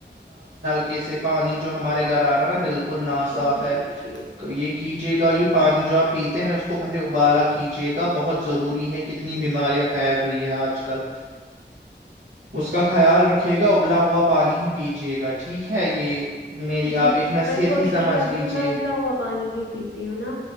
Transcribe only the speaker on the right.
کیسے پانی جو ہمارے گھر آ رہا ہے نا بالکل نا صاف
ہے
یہ کیجیے گا یہ پانی جو آپ پیتے ہیں اس کو پہلے ابالا کیجیے گا بہت ضروری ہے کتنی بیماریاں پھیل رہی ہیں آج کل اس کا خیال رکھھیے گا تبلا ہوا پانی ہی پیجیے گا ٹھیک ہے یہ میری
آپ ایک
نصیحت
ہی سمجھ
لیجیے